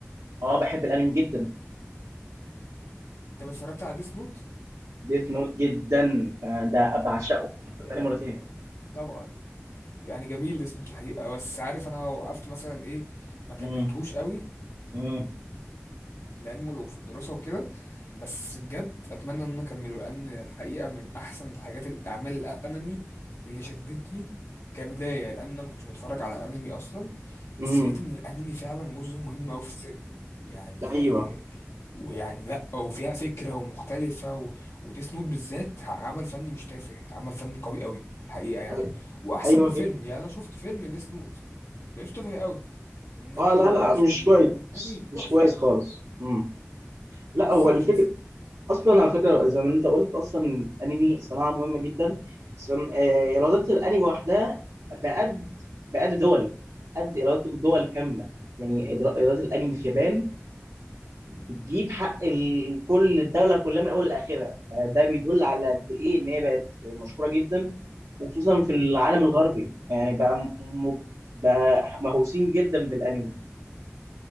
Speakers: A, on the right; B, on the left.
A: اه بحب الأنمي جدا
B: طب اتفرجت على ديس نوت
A: ديث نوت جدا آه، ده بعشقه أنا اتفرجت
B: يعني
A: عليه مرتين
B: طبعا يعني جميل ديس نوت الحقيقة بس عارف انا وقفت مثلا ايه ما كملتهوش
A: مم.
B: قوي
A: مم.
B: العلم وفي الدراسة وكده بس بجد أتمنى إن أنا أكمله لأن الحقيقة من أحسن الحاجات الأعمال الأنمي اللي شدتني كبداية لأن أنا ما كنتش بتفرج على أنمي أصلا بس
A: مم.
B: لقيت إن الأنمي فعلا جزء مهم أوي في السينما يعني
A: ايوه
B: ويعني لأ وفيها فكرة ومختلفة و... وديس نوت بالذات عمل فني مش تافه عمل فني قوي أوي الحقيقة يعني
A: أي-
B: وأحسن
A: ايوه
B: من الفيلم
A: جدا
B: يعني أنا شفت فيلم ديس نوت لقيته تافه أوي إنما
A: اه
B: المس...
A: لا لا مش
B: المسلسل
A: كويس مش
B: تحفة
A: كويس خالص مم. لا
B: بالظبط
A: هو الفكرة اصلا على فكره زي ما انت قلت اصلا الانمي صناعه مهمه جدا صن... آه، ايرادات الانمي وحدها بقد بقد دول قد ايرادات الدول كامله يعني إدرا- ايرادات الانمي في اليابان بتجيب حق ال... كل الدوله كلها من اول لاخرها ده بيدل على قد ايه ان هي بقت مشهوره جدا وخصوصا في العالم الغربي يعني بقى م... م- بقى مهووسين جدا بالانمي